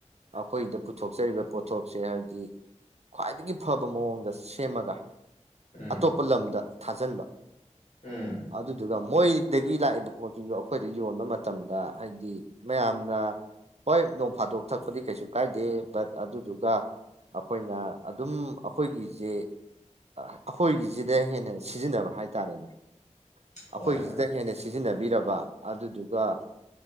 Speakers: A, on the right; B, on the left.
A: ꯑꯩꯈꯣꯏꯗ ꯄꯨꯊꯣꯛꯆꯔꯤꯕ ꯄꯣꯠꯊꯣꯛꯁꯦ ꯍꯥꯏꯕꯗꯤ ꯈ꯭ꯋꯥꯏꯗꯒꯤ ꯐꯕ ꯃꯑꯣꯡꯗ ꯁꯦꯝꯃꯒ
B: ꯎꯝ
A: ꯑꯇꯣꯞꯄ ꯂꯝꯗ ꯊꯥꯖꯟꯕ
B: ꯎꯝ
A: ꯑꯗꯨꯗꯨꯒ ꯑꯃꯨ ꯃꯣꯏꯗꯒꯤ ꯂꯥꯛꯏꯕ ꯄꯣꯠꯇꯁꯤꯡꯨꯁꯨ ꯑꯩꯈꯣꯏꯗ ꯌꯣꯟꯕ ꯃꯇꯝꯗ ꯍꯥꯏꯗꯤ ꯃꯌꯥꯝꯅ ꯍꯣꯏ ꯅꯣꯡ ꯐꯥꯗꯣꯛ ꯊꯛꯄꯗꯤ ꯀꯩꯁꯨ ꯀꯥꯏꯗꯦ ꯕꯠ ꯑꯗꯨꯗꯨꯒ ꯑꯩꯈꯣꯏꯅ ꯑꯗꯨꯝ ꯑꯩꯈꯣꯏꯒꯤꯁꯦ ꯑꯩꯈꯣꯏꯒꯤꯁꯤꯗ ꯍꯦꯟꯅ ꯁꯤꯖꯤꯟꯅꯕ ꯍꯥꯏꯔ ꯆꯥꯔꯦꯅꯦ ꯑꯩꯈꯣꯏꯒꯤꯁꯤꯗ
B: ꯍꯣꯏ ꯍꯣꯏ
A: ꯍꯦꯟꯅ ꯁꯤ ꯁꯤꯖꯤꯟꯅꯕꯤꯔꯕ ꯑꯗꯨꯗꯨꯒ